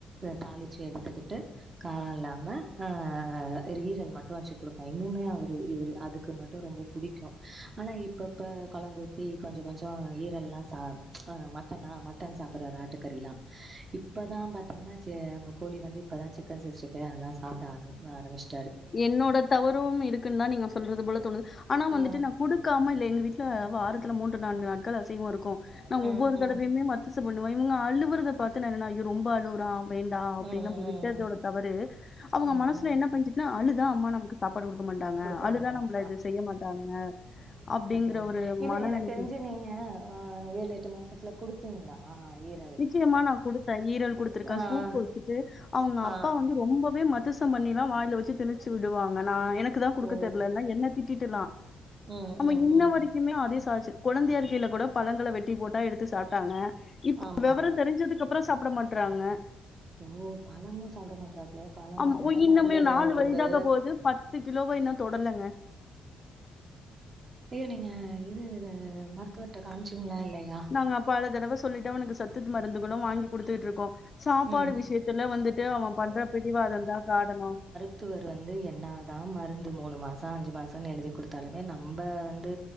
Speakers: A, on the right; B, on the left.
A: தாளிச்சு எடுத்துக்கிட்டு கார இல்லாம ஆ ஒரு ஈரல் மட்டு வச்சு குடுப்பே இன்னுமே அவரு இவுரு அதுக்கு மட்டு ரொம்ப புடி க்கு ஆனா இப்பப்ப கொழம்பூத்தி கொஞ்ச கொஞ்ஜசோ ஈரல்ல்லா சாப் ஆ மட் டன்னா மாட்டன் சாப்பற்றாரு ஆட்டுக்கறில்லா இப்பதா பாத்தீங்கன்னா செம நம்ம கோழி வந்து இப்பதா சிக்கன் சிக்ஸ்டி பை அதல்லா சாப்ட ஆர ஆரம்பிச்
B: என்னோட தவறும் இருக்குன் தா நீங்க சொல்றது போல தோணுது ஆனா வந்துட்டு
A: ம்.
B: நா குடுக்காம இல்ல எங்க வீட்ல வாரத்துல மூன்று நான்கு நாட்கள் அசைவோ இருக் நா
A: ம்.
B: ஒவ்வொரு
A: ம்.
B: தடவையுமே மத்திசு பண்ணுவ இவங்க அழுவுறத பாத்து நா என்னனா ஐயோ ரொம்ப அழுவுறா வேண்டா
A: ம்.
B: அப்டின்
A: ம்.
B: நம்ப விட்டதோட தவறு அவுங்க
A: ம்.
B: மனசுல
A: ம்.
B: என்ன பஞ்சி அழுதா அம்மா நமக்கு சாப்பாடு குடுக்க மாட்டாங்க
A: குடுக்க
B: அழுதா
A: மாட்டாங்க.
B: நம்மள எது செய்ய மாட்டாங்க அப்டிங்கிற
A: பாத்தீங்ள
B: ஒரு
A: இல்ல
B: மனநிலைக்கு
A: எனக் தெஞ்சு நீங்க அ ஏழு எட்டு மாசத்துல குடுத்தீங்ளா ஈரல்
B: நிச்சயமா நா குடுத்த ஈரல் குடுத்துருக்க
A: ஆ.
B: சூப்பு வச்சுட்டு அவுங்க
A: ஆ
B: அப்பா வந்து ரொம்பவே ம த்திசம் பண்ணில்லா வாயில வச்சி தினிச்சி உடுவாங்க நா எனக்கு தா குடுக்க
A: ஓ
B: தெர்லல்னு என்னத் திட்டிட்டுலா
A: ம்
B: அவ
A: ம்
B: இன்ன
A: ம்
B: வரைக் குமே அதே சாச்சு கொழந்தையா இருக்கையில கூட பழங்கள வெட்டி போட்டா எடுத்து சாப்ட்டாங்க இப்ப
A: ஆமா
B: வெவரோ தெரிஞ்சதுக் அப்பறோ சாப்ட மாட்றாங்க
A: ஓ பழமு சாப்ட மாட்றா பில்லையா பழல்லா
B: ஆமா
A: தான
B: இன்னுமே
A: நல்லது
B: நாலு
A: ஒங்களுக்கு
B: வயதாக போது பத்து கிலோவ இன்னு தொடலங்க
A: ப்பியே நீங்க இது மருத்துவர்ட்ட காம்ச்சீங்ளா இல்லையா
B: நாங்க பல தடவ சொல்லிட்டோ அவனுக்கு சத்து மருந்துகளு வாங்கி குடுத்துக்கிட்ருக்கோ சாப்பாடு
A: ம்
B: விஷ்யத்துல வந்துட்டு அவ பண்ற பிடிவாதோந்தா காடணோ
A: த்துவர் வந்து என்னாதா மருந்து மூனு மாச அஞ்சு மாசன்னு எழுதி குடுத்தாலுமே நம்ப வந்து